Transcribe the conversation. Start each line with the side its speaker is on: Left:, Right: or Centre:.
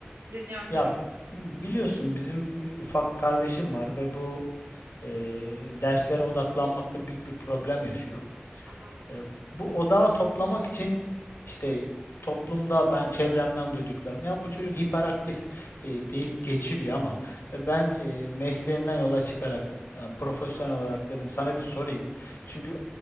Right: Dinliyorum seni.
Left: Ya biliyorsun bizim e, ufak kardeşim var ve bu e, derslere odaklanmakta büyük bir problem yaşıyor.
Right: hı hı,
Left: E, bu odağı toplamak için işte toplumda ben çevremden duyduklarım ya bu çocuk hiperaktif e, deyip geçiliyor ama e, ben e, mesleğinden yola çıkarak yani profesyonel
Right: hı hı.
Left: olarak dedim sana bir sorayım. Çünkü